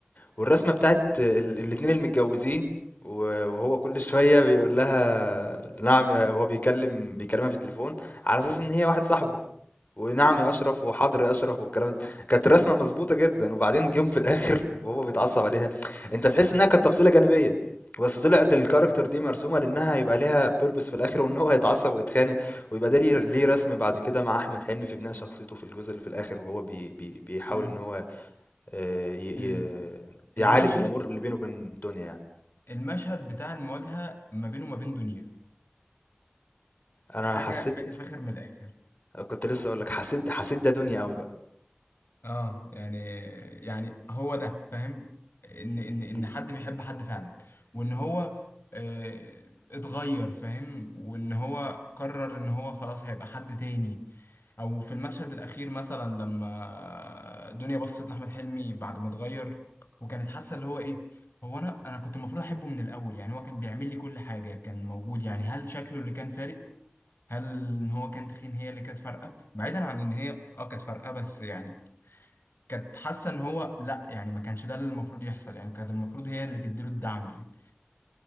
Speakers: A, on the left (about 45°); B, on the left (about 70°).
A: والرسمة بتاعة ال الاتنين المتجوزين و وهو كل شوية بيقول لها نعم يا هو بيكلم بيكلمها في التليفون على أساس إن هي واحد صاحبه. ونعم
B: اه
A: يا اشرف وحاضر يا اشرف والكلام ده. كانت الرسمه مظبوطه جدا وبعدين جيم في الاخر <laughs> وهو بيتعصب عليها انت تحس انها كانت تفصيله جانبيه بس طلعت الكاركتر دي مرسومه لانها يبقى ليها بيربس في الاخر وان هو هيتعصب ويتخانق ويبقى ده ليه ليه رسم بعد كده مع احمد حلمي في بناء شخصيته في الجزء اللي في الاخر وهو بي بي بيحاول
B: امم
A: ان هو آه، ي-
B: ال-
A: ي-
B: المشهد
A: يعالج الامور اللي بينه وبين الدنيا يعني
B: المشهد بتاع المواجهه ما بينه وما بين دنيا
A: انا
B: حاجه
A: حسيت
B: حاجه فاخر من الاخر
A: كنت لسه اقول لك حسيت حسيت ده دنيا قوي بقى
B: اه يعني يعني هو ده فاهم ان ان ان
A: دي
B: حد بيحب حد فعلا وان هو آه، اتغير فاهم وان هو قرر ان هو خلاص هيبقى حد تاني او في المشهد الاخير مثلا لما دنيا بصت لاحمد حلمي بعد ما اتغير وكانت حاسه اللي هو ايه هو انا انا كنت المفروض احبه من الاول يعني هو كان بيعمل لي كل حاجه كان موجود يعني هل شكله اللي كان فارق هل ان هو كان تخين هي اللي كانت فارقه بعيدا عن ان هي اه كانت فارقه بس يعني كانت حاسه ان هو لا يعني ما كانش ده اللي المفروض يحصل يعني كانت المفروض هي اللي تديله الدعم يعني